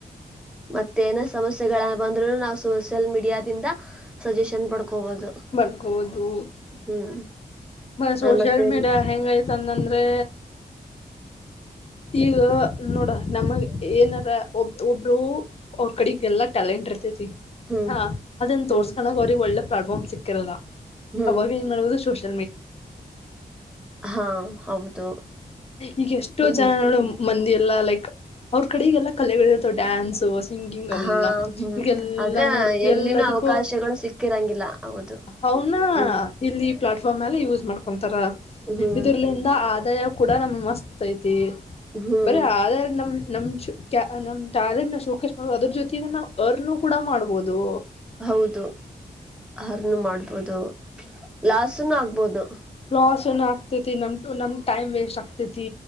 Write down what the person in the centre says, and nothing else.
ಮತ್ತೆ ಏನೋ ಸಮಸ್ಯೆಗಳನ್ನ ಬಂದ್ರು ನಾವು ಸೋಷಿಯಲ್ ಮೀಡಿಯಾದಿಂದ ಸಜೆಷನ್ ಪಡ್ಕೋಬಹುದು
ಹ್ಮ್
ಆ ಮತ್ತೆ
ಹ್ಮ್
ಹ್ಮ್
ಹ್ಮ್
ಹಾ ಹೌದು
ಹ್ಮ್
ಹಾ ಹ್ಮ್
ಆದ್ರೆ
ಎಲ್ಲಿನೂ
ಅವಕಾಶಗಳು ಸಿಕ್ಕಿರಂಗಿಲ್ಲ ಹೌದು
ಹ್ಮ್
ಹ್ಮ್
ಹ್ಮ್
ಹೌದು ಹರ್ನು ಮಾಡ್ಬೋದು ಲಾಸ್ನು ಆಗ್ಬೋದು